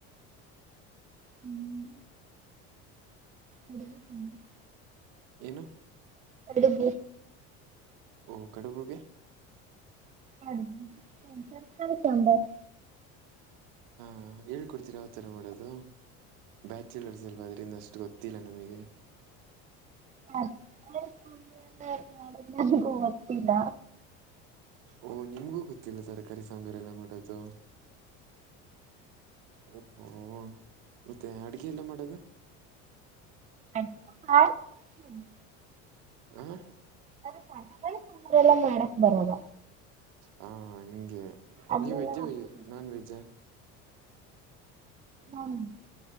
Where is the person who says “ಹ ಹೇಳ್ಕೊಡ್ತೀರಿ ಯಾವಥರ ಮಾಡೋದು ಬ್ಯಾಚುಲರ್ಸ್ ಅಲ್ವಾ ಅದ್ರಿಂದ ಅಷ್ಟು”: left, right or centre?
Right